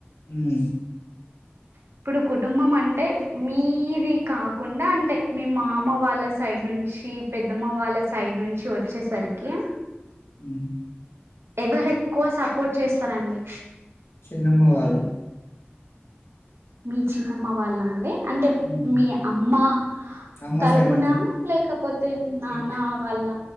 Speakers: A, on the left; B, on the right.
A: హమ్
B: ఇప్పుడు కుటుంబం అంటే మీది కాకుండా అంటే మీ మామ వాళ్ళ సైడ్ నుంచి పెద్దమ్మ వాళ్ళ సైడ్ నుంచి వచ్చేసరికి
A: హమ్
B: ఎవరు ఎక్కువ సపోర్ట్ చేస్తారండి
A: చిన్నమ్మ వాళ్ళు
B: మీ చిన్నమ్మ వాళ్ళ అండి అంటే
A: మ్మ్
B: మీ అమ్మ
A: అమ్మ
B: తరుపున
A: సైడ్ నుంచి
B: లేకపోతే నాన్నా
A: ఎక్-
B: వాళ్ళ